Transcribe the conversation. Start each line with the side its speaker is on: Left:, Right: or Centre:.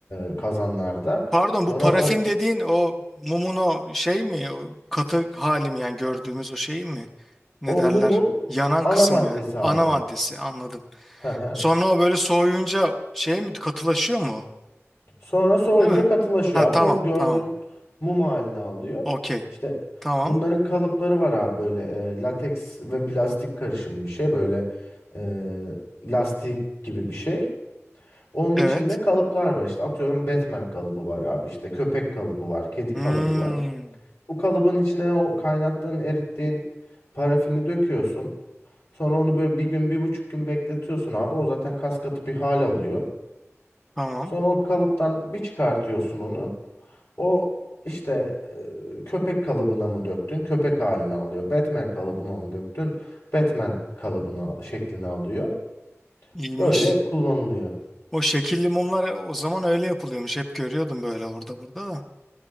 Left: e, kazanlarda.
Centre: Pardon
Left: Sonra
Centre: bu parafin
Left: o
Centre: dediğin o mumun o şey mi? O katı hali mi yani gördüğümüz o şey mi? Ne
Left: O
Centre: derler?
Left: mumun
Centre: Yanan kısım
Left: ana maddesi
Centre: yani.
Left: abi.
Centre: Ana maddesi anladım.
Left: Hı hı.
Centre: Sonra o böyle soğuyunca şey mi katılaşıyor mu? o?
Left: Sonra soğuyunca
Centre: Değil mi?
Left: katılaşıyor
Centre: Ha tamam
Left: abi. O gördüğün
Centre: tamam.
Left: mum halini alıyor.
Centre: Okey.
Left: İşte
Centre: Tamam.
Left: bunların kalıpları var abi böyle e, lateks ve plastik karışım bir şey. Böyle e, lastik gibi bir şey. Onun
Centre: Evet.
Left: içinde kalıplar var. İşte atıyorum Batman kalıbı var abi. İşte köpek kalıbı var. Kedi
Centre: Hmm,
Left: kalıbı var. Bu kalıbın içine o kaynattığın, erittiğin parafini döküyorsun. Sonra onu böyle bir gün, bir buçuk gün bekletiyorsun abi. O zaten kas katı bir hal alıyor.
Centre: tamam.
Left: Sonra o kalıptan bir çıkartıyorsun onu. O işte e, köpek kalıbına mı döktün? Köpek halini alıyor. Batman kalıbına mı döktün? Batman kalıbına şeklini alıyor.
Centre: İyiymiş.
Left: Böyle kullanılıyor.
Centre: O şekilli mumlar o zaman öyle yapılıyormuş. Hep görüyordum böyle orada burada da.